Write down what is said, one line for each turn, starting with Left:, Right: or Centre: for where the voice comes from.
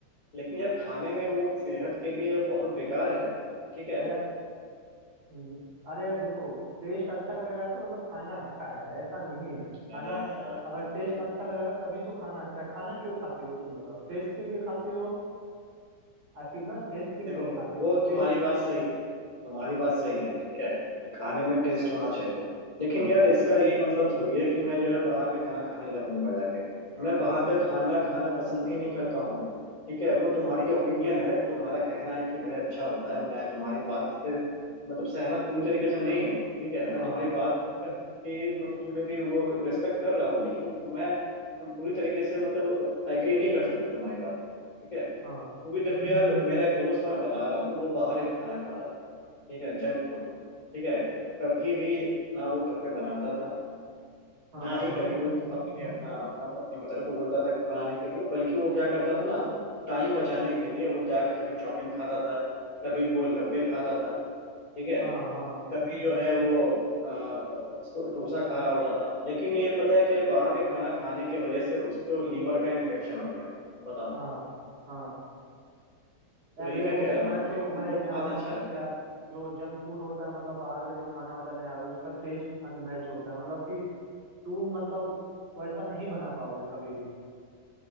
Left: लेकिन यार खाने में वो सेहत के लिए बहुत बेकार है ठीक है
Right: यार हम्म अरे यार देखो टेस्ट अच्छा लग रहा है तो मतलब खाना अच्छा है ऐसा नहीं है खाना
Left: अरे यार नहीं
Right: अगर टेस्ट
Left: भाई
Right: अच्छा लग रहा है तभी तो खाना अच्छा है खाना क्यों खाते हो तुम बताओ टेस्ट के लिए खाते हो आखिर ना टेस्ट के लिए
Left: देखो
Right: ना खाते
Left: वो
Right: हो टेस्ट
Left: तुम्हारी बात सही है तुम्हारी
Right: हाँ
Left: बात सही है ठीक है कि खाने में टेस्ट होना चाहिए लेकिन
Right: हाँ
Left: यार इसका ये मतलब थोड़ी है कि मैं जो है बाहर का खाना खाने लगूंगा जाके मैं बाहर का खाना खाना पसंद ही नहीं करता हूँ ठीक है वो तुम्हारी ओपिनियन है तुम्हारा कहना है कि भाई अच्छा होता है मैं तुम्हारी बात से मतलब सहमत पूरी तरीके से नहीं हूँ ठीक है मैं
Right: हाँ
Left: तुम्हारी बात की मतलब समझो कि वो रिस्पेक्ट कर रहा हूँ लेकिन मैं पूरी तरीके से मतलब एग्री नहीं कर सकता तुम्हारी बात पे ठीक है
Right: हाँ
Left: क्योंकि देखो यार मेरा एक दोस्त है मैं बता रहा हूँ वो बाहर ही खाना खाता था ठीक है जंक फूड ठीक है कभी भी ना वो घर पे बनाता था
Right: हाँ
Left: ना ही
Right: हाँ
Left: कभी वो अपने अ, अ, अपनी मदर को बोलता था बनाने के लिए बल्कि वो क्या करता था ना टाइम बचाने के लिए वो जाके कभी चाउमीन खाता था कभी गोलगप्पे खाता था ठीक है
Right: हाँ हाँ
Left: कभी जो है वो अ, अ, डोसा खा रहा होता था लेकिन ये पता है कि बाहर के खाना खाने की वजह से उसको लीवर का इन्फेक्शन हो गया बताओ
Right: हाँ हाँ
Left: तो
Right: यार
Left: यही
Right: देखो
Left: मैं कह रहा हूँ
Right: मैं
Left: ना
Right: तो मैं
Left: उनको कहाँ
Right: जानता
Left: से अच्छा
Right: हूँ ना
Left: लग
Right: कि
Left: रहा
Right: यार
Left: है
Right: जो जंक फूड होता है मतलब बाहर का जो खाना होता है ना यार उसका टेस्ट अनमैच होता है मतलब कि तुम मतलब वैसा नहीं बना पाओगे कभी भी